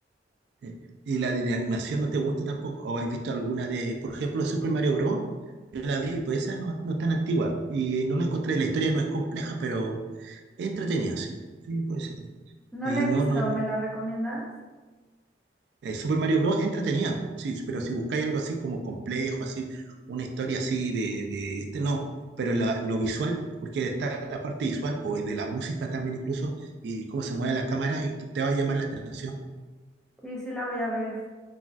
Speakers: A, on the right; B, in the centre.
A: Eh, ¿Y la de animación no te gusta tampoco? ¿O has visto alguna de, por ejemplo, Super Mario Bros? Yo la vi, pues esa no, no es tan antigua y no la encontré. La historia no es compleja, pero es entretenida, sí. Sí, puede ser.
B: No
A: Y
B: la he
A: no,
B: visto,
A: no.
B: ¿me la recomiendas?
A: eh, Super Mario Bros. es entretenida, sí, pero si buscáis algo así como complejo, así, una historia así de, de este, no. Pero la- lo visual, porque está la parte visual, pues, y de la música también incluso, y cómo se mueve la cámara, y te va a llamar la atención.
B: Sí, sí la voy a ver.